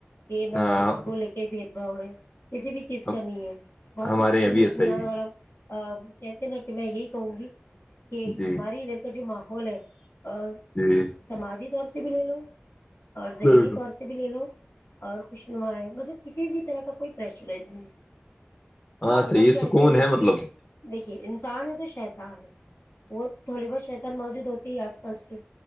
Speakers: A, on the left; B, on the left.
A: کہ نہ
B: ہاں
A: کسی کو لے کے بھی بو کسی بھی چیز
B: ہم-
A: کا نہیں ہے بہت
B: ہمارے
A: ہی سکون
B: یہاں بھی ایسا
A: اطمینان
B: ہی ہے
A: والا کہتے ہیں نا کہ میں یہی کہوں گی کہ
B: جی
A: ہماری ادھر کا جو ماحول ہے اور
B: جی
A: سماجی طور سے س بھی لے لو اور ذہنی
B: بالکل
A: طور سے بھی لے لو اور کچشنا ہے مطلب کسی بھی طرح کا کوئی پرشرز نہیں
B: ہاں
A: حال
B: صحیح
A: بت
B: ہے
A: کر
B: سکون
A: کے دیکھیے
B: ہے مطلب
A: دیکھیے انسان ہے تو شتان وہ تھوڑی بہت شیتان موجود ہوتی ہے آس پ بس کی